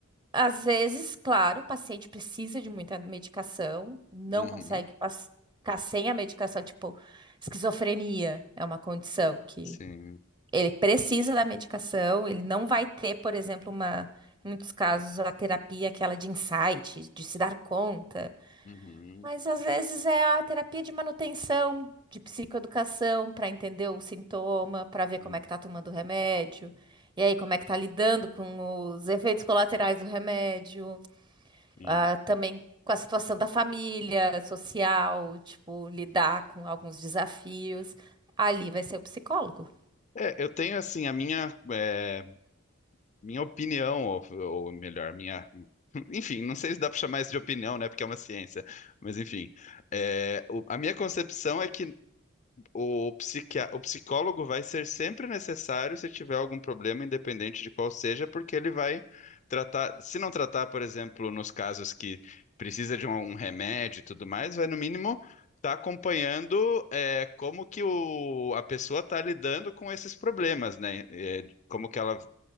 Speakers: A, on the right (about 20°); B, on the left (about 35°).
A: às vezes, claro, o paciente precisa de muita medicação, não
B: Uhum.
A: consegue pas- ficar sem a medicação, tipo, esquizofrenia é uma condição que
B: Sim.
A: ele precisa da medicação, ele não vai ter, por exemplo, uma, em muitos casos, a terapia aquela de insight, de se dar conta.
B: Uhum.
A: Mas às vezes é a terapia de manutenção, de psicoeducação, para entender o sintoma, para ver como
B: Uhum.
A: é que tá tomando o remédio, e aí como é que tá lidando com os efeitos colaterais do remédio,
B: Sim.
A: ah, também com a situação da família, social, tipo, lidar com alguns desafios. Ali vai ser o psicólogo.
B: É, eu tenho, assim, a minha, é, minha opinião, ou, ou melhor, minha. <laughs> Enfim, não sei se dá para chamar isso de opinião, né? Porque é uma ciência. Mas, enfim. É, o- a minha concepção é que O psiquia- o psicólogo vai ser sempre necessário se tiver algum problema, independente de qual seja, porque ele vai tratar. Se não tratar, por exemplo, nos casos que precisa de um, um remédio e tudo mais, vai no mínimo estar acompanhando é, como que o- a pessoa está lidando com esses problemas, né? É, como que ela,